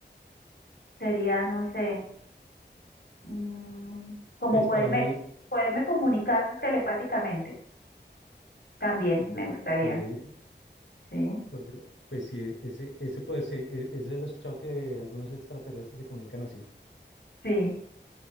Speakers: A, on the left; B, on the left.
A: sería, no sé, mm, como
B: Pues
A: poderme,
B: para mí,
A: poderme comunicar telepáticamente, también
B: ok,
A: me gustaría, ¿sí?
B: Corte- Pues sí, e-, ese, ese puede ser, e- ese lo he escuchado que algunos extraterrestres se comunican así.
A: Sí.